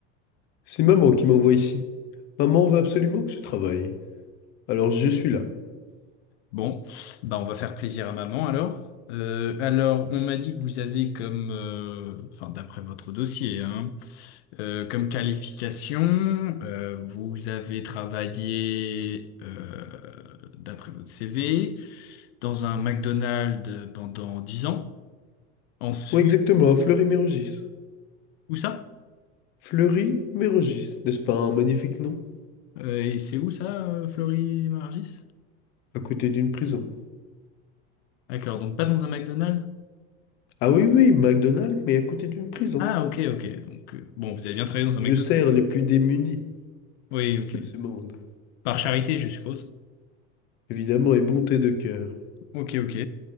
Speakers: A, on the left (about 35°); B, on the left (about 80°).
A: c'est maman qui m'envoie ici. Maman veut absolument que je travaille. Alors je suis là.
B: Bon, bah on va faire plaisir à maman alors. Euh, alors, on m'a dit que vous avez comme, euh, enfin d'après votre dossier, hein, euh, comme qualification, euh, vous avez travaillé, euh, d'après votre CV, dans un McDonald's pendant 10 ans. Ensuite,
A: Oui, exactement, à Fleury-Mérogis.
B: où ça?
A: Fleury-Mérogis, n'est-ce pas un magnifique nom?
B: Euh, et c'est où ça, euh, Florie Margis?
A: À côté d'une prison.
B: D'accord, donc pas dans un McDonald's?
A: Ah oui, oui, McDonald's, mais à côté d'une prison.
B: Ah, ok, ok. Donc, euh, bon, vous avez bien travaillé dans un McDonald's?
A: Je sers les plus démunis
B: Oui, ok.
A: de ce monde.
B: Par charité, je suppose.
A: Évidemment, et bonté de cœur.
B: Ok, ok.